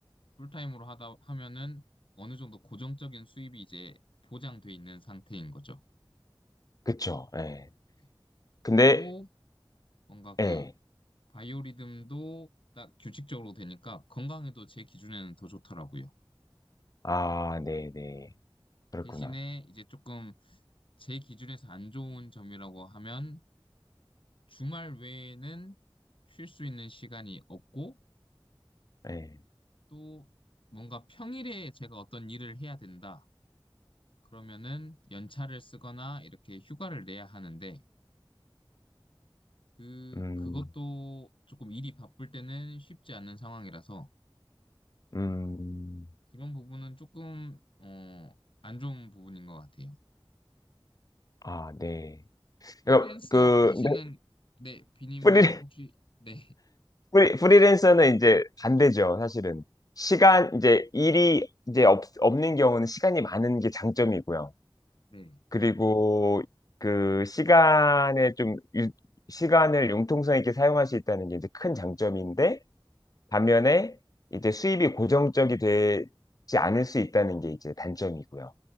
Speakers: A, on the left (about 70°); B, on the left (about 40°).
A: 풀타임으로 하다 하면은 어느 정도 고정적인 수입이 이제 보장돼 있는 상태인 거죠.
B: 그쵸, 예.
A: 네.
B: 근데,
A: 그리고 뭔가 그
B: 예.
A: 바이오리듬도 딱 규칙적으로 되니까 건강에도 제 기준에는 더 좋더라고요.
B: 아, 네네. 그렇구나.
A: 대신에 이제 조금 제 기준에서 안 좋은 점이라고 하면 주말 외에는 쉴 수 있는 시간이 없고
B: 예.
A: 또 뭔가 평일에 제가 어떤 일을 해야 된다. 그러면은 연차를 쓰거나 이렇게 휴가를 내야 하는데 그
B: 음,
A: 그것도 조금 일이 바쁠 때는 쉽지 않은 상황이라서
B: 음,
A: 그런 부분은 조금 어, 안 좋은 부분인 것 같아요.
B: 아, 네.
A: 프리랜서
B: 그러니까 그
A: 하시는
B: 근데
A: 네, 비님은
B: 프리
A: 혹시 네,
B: 프리 프리랜서는 이제 반대죠, 사실은. 시간 이제 일이 이제 없, 없는 경우는 시간이 많은 게 장점이고요.
A: 네,
B: 그리고 그 시간에 좀 유- 시간을 융통성 있게 사용할 수 있다는 게 이제 큰 장점인데 반면에 이제 수입이 고정적이 되지 않을 수 있다는 게 이제 단점이고요.